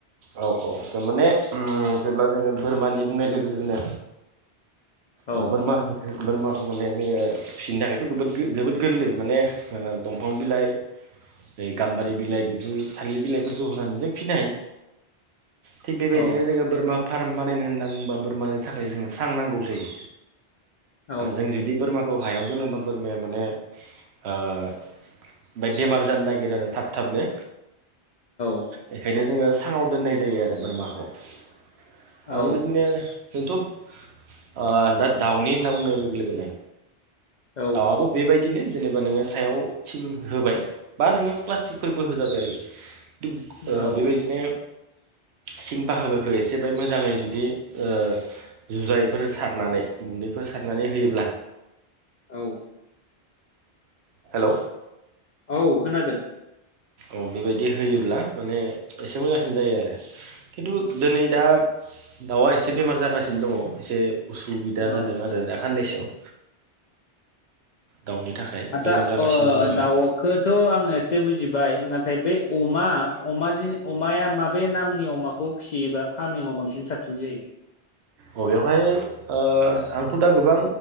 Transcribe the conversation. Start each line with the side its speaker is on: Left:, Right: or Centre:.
Right: औ औ थारमाने उम जेब्ला जोङो बोरमानि बुंनाय लोगो लोगोनो।
Left: औ
Right: ओ बोरमा बोरमाखौ माने बे फिसिनो थाखायथ'गोबोद-जोबोद गोरलै माने दंफां बिलाइ। नै गाम्बारि बिलाइ बेफोर थालिर बिलाइफोरखौ होनानै जों फिनो हायो। थिग बेबायदिनो
Left: औ
Right: जोङो बोरमा फार्म बानायनो होनना बुङोबा बोरमानि थाखाय जोङो सां नांगौ जायो।
Left: औ
Right: जों जुदि बोरमाखौ हायाव दोनोबा बोरमाया माने ओ ओमफाय बेमार जानो नागिरो आरो थाब थाबनो।
Left: औ
Right: बेखायनो जोङो साङाव दोननाय जायो आरो बोरमाखौ। आरो
Left: औ
Right: बेबायदिनो जोंथ' ओ दा-दाउनि होनना बुंनाय लोगो-लोगोनो।
Left: औ
Right: दाउवाबो बेबायदिनो जेनेबा नोङो सायाव थिं होबाय। बा नोङो प्लास्टिकफोरबो होजाबाय आरोखि। थुग
Left: औ
Right: ओ बेबायदिनो। सिं बाहागोखौ एसे बाय मोजाङै जुदि ओ जुजाइफोर सारनानै गुन्दैफोर सारनानै होयोब्ला।
Left: औ
Right: हेलौ
Left: औ खोनादो।
Right: औ बेबायदि होयोब्ला माने एसे मोजांसिन जायो आरो। खिन्थु दोनै दा दाउवा एसे बेमार जागासिनो दङ एसे। उसुबिदा
Left: औ
Right: जादों आरो दा खाननैसोआव। दाउनि थाखाय
Left: आच्चा
Right: बेमार जागासिनो
Left: अ
Right: दं नालाय
Left: दाउखोथ' आं एसे बुजिबाय। नाथाय बे अमा अमा अमाया माबे नामनि अमाखौ फिसियोबा फार्मिङाव बांसिन। साबसिन जायो।
Right: अ बेयावहाय ओ आंथ' दा गोबां